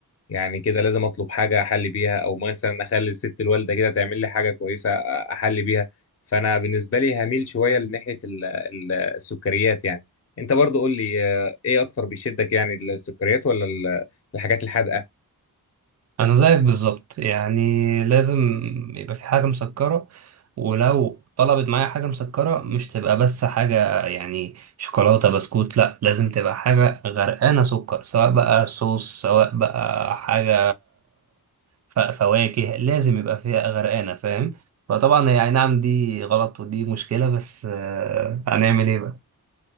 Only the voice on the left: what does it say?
يعني كده لازم اطلب حاجه احلي بيها او مثلا اخلي الست الوالده كده تعمل لي حاجه كويسه أ- احلي بيها فانا بالنسبه لي هميل شويه لناحيه ال- ال- السكريات يعني انت برضو قول لي آه، ايه اكتر بيشدك يعني السكريات ولا ال- الحاجات الحادقه